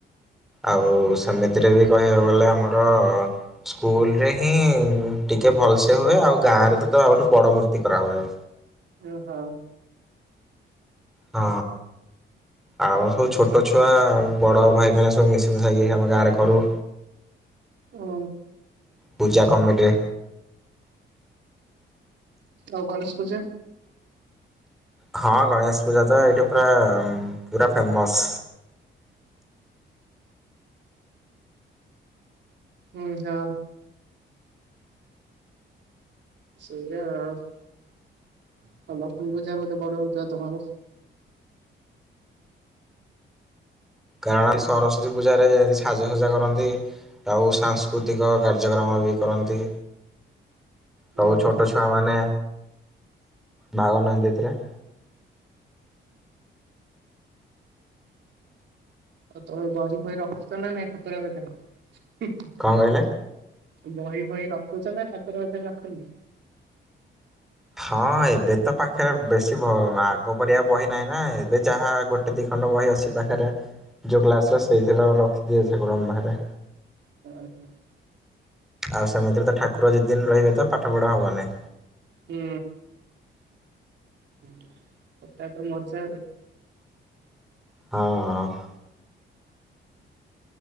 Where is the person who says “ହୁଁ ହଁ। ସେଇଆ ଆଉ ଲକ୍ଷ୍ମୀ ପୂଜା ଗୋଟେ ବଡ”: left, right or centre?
Right